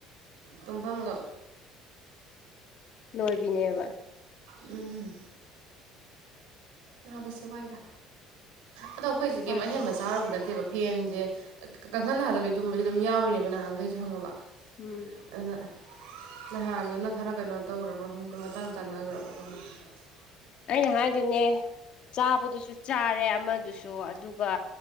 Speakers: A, on the right (about 70°); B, on the left (about 55°).
A: ꯇꯨꯝꯐꯝꯒ <inaudible>
B: ꯂꯣꯏꯕꯤꯅꯦꯕ
A: ꯎꯝ ꯅꯥꯕꯁꯦ ꯋꯥꯏꯗ ꯑꯗꯣ ꯈꯣꯏꯖꯦ ꯀꯩꯝ
B: ꯋꯥꯗ꯭ꯔꯗꯤ
A: ꯑꯍꯦꯟꯕ ꯆꯥꯔꯨꯕ ꯅꯠꯇꯦꯕ ꯐꯦꯟꯚꯦ ꯀꯥꯡꯈꯟ ꯊꯥꯗꯕꯤ ꯇꯨꯝꯕꯖꯦ ꯑꯗꯨꯝ ꯌꯥꯎꯔꯤꯅꯦꯕ ꯅꯍꯥꯟꯈꯩꯁꯨ ꯈꯪꯉꯕ
B: ꯎꯝ
A: ꯑꯗꯨꯅ ꯅꯍꯥꯟꯗꯨꯅ ꯈꯔ ꯀꯩꯅꯣ ꯇꯧꯒ꯭ꯔꯕ ꯈꯪꯗꯦ ꯃꯇꯥꯡ ꯆꯥꯟꯅꯒ꯭ꯔꯕ <unintelligible>
B: ꯑꯩꯅ ꯍꯥꯏꯗꯨꯅꯦ ꯆꯥꯕꯗꯨꯖꯨ ꯆꯥꯔꯦ ꯑꯃꯗꯨꯁꯨ ꯑꯗꯨꯒ